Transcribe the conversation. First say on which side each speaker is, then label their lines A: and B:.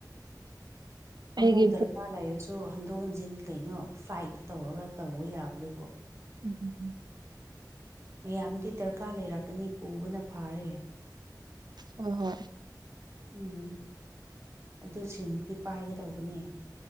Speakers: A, on the right (about 70°); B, on the right (about 40°).
A: ꯑꯩꯒꯤ
B: ꯑꯃꯨꯛ ꯗꯔꯀꯥꯔ
A: ꯕꯨꯛ
B: ꯂꯩꯔꯁꯨ ꯍꯟꯗꯣꯛ ꯍꯟꯖꯤꯟ ꯀꯩꯅꯣ ꯐ꯭ꯂꯥꯏꯠ ꯇꯧꯔꯒ ꯇꯧꯕ ꯌꯥꯕꯗꯨꯕꯨꯣ
A: ꯎꯝ ꯎꯝ ꯎꯝ
B: ꯃꯌꯥꯝꯗꯤ ꯗꯔꯀꯥꯔ ꯂꯩꯔꯛꯀꯅꯤ ꯄꯨꯕꯅ ꯐꯥꯔꯦ
A: ꯑꯣ ꯍꯣꯏ
B: ꯎꯝ ꯑꯗꯨꯁꯤꯡꯗꯨꯗꯤ ꯄꯥꯏꯒꯗꯧꯕꯅꯦ